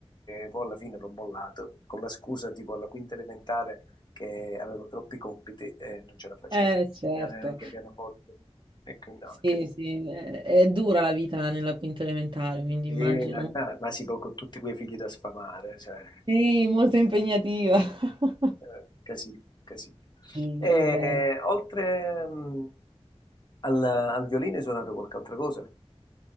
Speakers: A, on the left; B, on the right.
A: poi alla fine l'ho mollato, con la scusa tipo alla quinta elementare che avevo troppi compiti e non ce la facevo,
B: Eh, certo.
A: studiare anche pianoforte, e quindi no,
B: Sì,
A: che...
B: sì, è, è dura la vita nella quinta elementare, quindi
A: E
B: immagino.
A: la verità, ma sì, poi con tutti quei figli da sfamare, cioè,
B: Sì, molto impegnativa. <laughs>
A: eh, casino, casino.
B: Sì,
A: E
B: è bello.
A: oltre mm, al, al violino hai suonato qualche altra cosa?